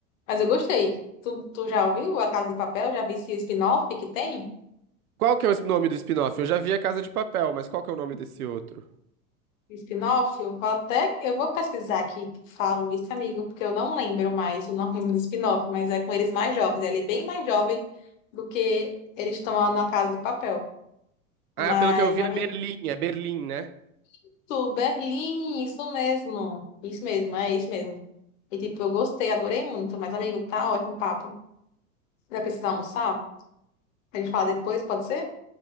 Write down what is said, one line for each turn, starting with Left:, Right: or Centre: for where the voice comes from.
Left: Mas eu gostei. Tu, tu já ouviu A Casa de Papel? Já vi esse spin-off que tem?
Right: Qual que é o es- nome do spin-off? Eu já vi A Casa de Papel, mas qual que é o nome desse outro?
Left: Spin-off? Eu vou até, eu vou pesquisar aqui, que falo isso, amigo, porque eu não lembro mais o nome do spin-off, mas é com eles mais jovens. Ele é bem mais jovem do que eles estão lá na Casa de Papel. Mas,
Right: Ah, pelo que eu vi
Left: amigo.
Right: é Berlim, é Berlim, né?
Left: Isso, Berlim, isso mesmo. Isso mesmo, é isso mesmo. E tipo, eu gostei, adorei muito. Mas, amigo, tá ótimo o papo. Vai precisar almoçar? A gente fala depois, pode ser?